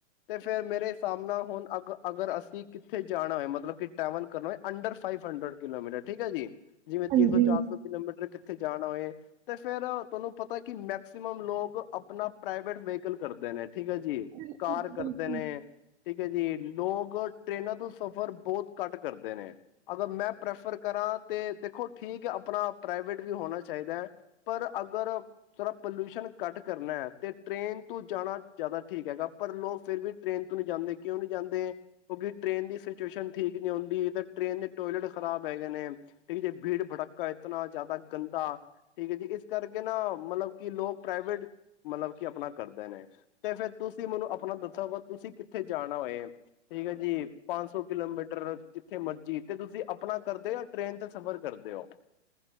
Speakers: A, on the left (about 50°); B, on the right (about 20°).
A: ਤੇ ਫੇਿਰ ਮੇਰੇ ਹਿਸਾਬ ਨਾਲ ਹੁਣ ਅ ਅਗਰ ਅਸੀਂ ਕਿੱਥੇ ਜਾਣਾ ਹੋਏ ਮਤਲਬ ਕਿ ਟਰੈਵਲ ਕਰਨਾ ਹੋਏ ਅੰਡਰ ਫਾਈਵ ਹੰਡਰਡ ਕਿਲੋਮੀਟਰ ਠੀਕ ਹੈ ਜੀ ਜਿਵੇਂ
B: ਹਾਂਜੀ
A: ਤਿੰਨ ਸੌ ਚਾਰ ਸੌ ਕਿਲੋਮੀਟਰ ਕਿੱਥੇ ਜਾਣਾ ਹੋਏ ਤੇ ਫੇਿਰ ਤੁਹਾਨੂੰ ਪਤਾ ਕਿ ਮੈਕਸੀਮਮ ਲੋਕ ਆਪਣਾ ਪ੍ਰਾਈਵੇਟ ਵਹੀਕਲ ਕਰਦੇ ਨੇ ਠੀਕ ਹੈ ਜੀ
B: ਬਿਲਕੁਲ
A: ਕਾਰ
B: ਜੀ
A: ਕਰਦੇ
B: ਬਿਲਕੁਲ
A: ਨੇ ਠੀਕ ਹੈ ਜੀ ਲੋਕ ਟ੍ਰਰੇਨਾਂ ਤੋਂ ਸਫ਼ਰ ਬਹੁਤ ਘੱਟ ਕਰਦੇ ਨੇ ਅਗਰ ਮੈਂ ਪ੍ਰੈਫਰ ਕਰਾਂ ਤਾਂ ਦੇਖੋ ਠੀਕ ਹੈ ਆਪਣਾ ਪ੍ਰਾਈਵੇਟ ਵੀ ਹੋਣਾ ਚਾਹੀਦਾ ਹੈ ਪਰ ਅਗਰ ਥੋੜਾ ਪੋਲਿਊਸ਼ਨ ਕੱਟ ਕਰਨਾ ਹੈ ਤੇ ਟ੍ਰਰੇਨ ਤੋਂ ਜਾਣਾ ਜ਼ਿਆਦਾ ਠੀਕ ਹੈਗਾ ਪਰ ਲੋਕ ਫਿਰ ਵੀ ਟ੍ਰੇਨ ਤੋਂ ਨਹੀਂ ਜਾਂਦੇ ਕਿਉਂ ਨਹੀਂ ਜਾਂਦੇ, ਕਿਉਂਕਿ ਟ੍ਰੇਨ ਦੀ ਸਿਚੁਏਸ਼ਨ ਠੀਕ ਨਹੀਂ ਹੁਨਦੀ ਤਾਂ ਟ੍ਰੇਨ ਦੇ ਟੋਇਲੇਟ ਖਰਾਬ ਹੈਗੇ ਨੇ ਠੀਕ ਜੇ ਭੀੜ ਭੜਕਾ ਇਤਨਾ ਜ਼ਿਆਦਾ ਗੰਦਾ ਠੀਕ ਹੈ ਜੀ, ਇਸ ਕਰਕੇ ਨਾ ਮਤਲਬ ਕਿ ਲੋਕ ਪ੍ਰਾਈਵੇਟ ਮਤਲਬ ਕਿ ਆਪਣਾ ਕਰਦੇ ਨੇ ਤੇ ਫਿਰ ਤੁਸੀਂ ਮੈਨੂੰ ਆਪਣਾ ਦੱਸੋਗਾ ਤੁਸੀਂ ਕਿੱਥੇ ਜਾਣਾ ਹੋਏ ਠੀਕ ਹੈ ਜੀ ਪੰਜ ਸੌ ਕਿਲੋਮੀਟਰ ਜਿੱਥੇ ਮਰਜੀ ਤੇ ਤੁਸੀਂ ਆਪਣਾ ਕਰਦੇ ਹੋ ਯਾ ਟ੍ਰੇਨ ਤੇ ਸਫ਼ਰ ਕਰਦੇ ਹੋ